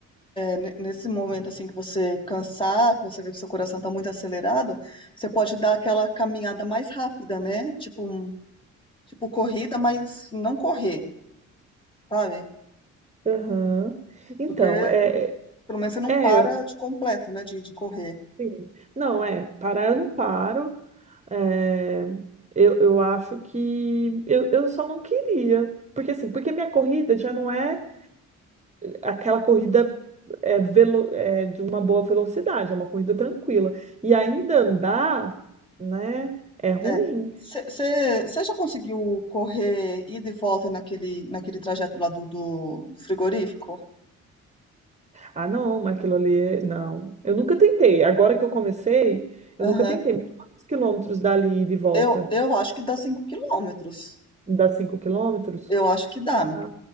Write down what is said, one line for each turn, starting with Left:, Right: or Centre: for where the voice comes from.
Left: ne- Nesse momento assim que você cansar, que você vê que seu coração está muito acelerado, você pode dar aquela caminhada mais rápida, né? Tipo, um- tipo corrida, mas não correr, sabe?
Right: Aham. Então,
Left: Porque
Right: é,
Left: pelo menos você não
Right: é,
Left: para
Right: eu-
Left: de completo, né? De, de correr.
Right: sim. Não, é, parar eu não paro. É, eu, eu acho que eu, eu só não queria. Porque assim, porque minha corrida já não é aquela corrida é, velo, é, de uma boa velocidade, é uma corrida tranquila. E ainda andar, né, é ruim.
Left: É. Você já conseguiu correr ida e volta naquele, naquele trajeto lá do, do, do frigorífico?
Right: Ah, não, mas aquilo ali é... Não. Eu nunca tentei. Agora que eu comecei, eu
Left: Aham.
Right: nunca tentei. Mas Quantos quilômetros dali e de volta?
Left: Eu, eu acho que dá 5 quilômetros.
Right: Dá cinco quilômetros?
Left: Eu acho que dá.
Right: Ah,